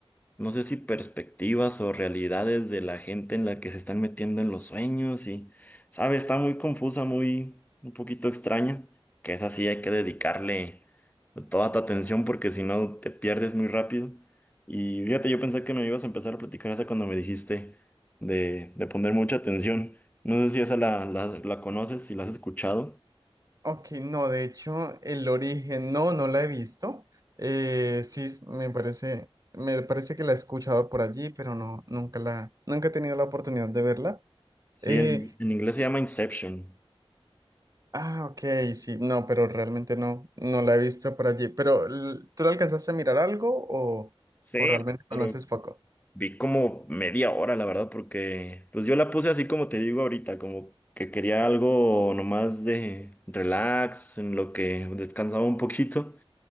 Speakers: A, on the left; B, on the right.
A: no sé si perspectivas o realidades de la gente en la que se están metiendo en los sueños y, sabe, está muy confusa, muy un poquito extraña, que es así, hay que dedicarle toda tu atención porque si no te pierdes muy rápido. Y fíjate, yo pensé que me ibas a empezar a platicar esa cuando me dijiste de, de poner mucha atención. No sé si esa la, la, la conoces, si la has escuchado.
B: Ok, no, de hecho, el origen no, no la he visto. Eh, sí, me parece, me parece que la he escuchado por allí, pero no, nunca la, nunca he tenido la oportunidad de verla.
A: Sí,
B: Eh,
A: en, en inglés se llama Inception.
B: ah, ok, sí, no, pero realmente no, no la he visto por allí. Pero, l- ¿tú la alcanzaste a mirar algo o,
A: Sí,
B: o realmente conoces
A: pero
B: poco?
A: Vi como media hora, la verdad, porque pues yo la puse así como te digo ahorita, como que quería algo nomás de relax, en lo que descansaba un poquito,